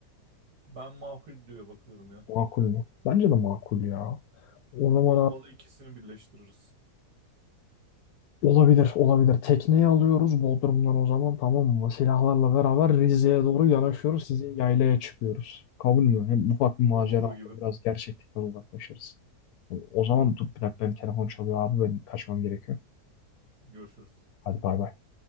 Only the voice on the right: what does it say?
Ben makul diye bakıyorum ya.
Olmadı
ikisini birleştiririz.
O olur
gibi.
Görüşürüz.